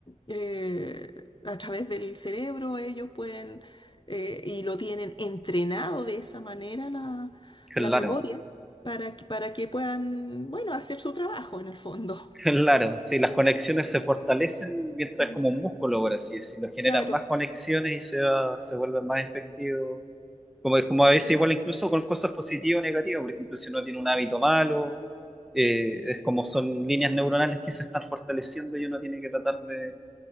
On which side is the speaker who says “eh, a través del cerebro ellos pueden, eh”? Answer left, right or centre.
Left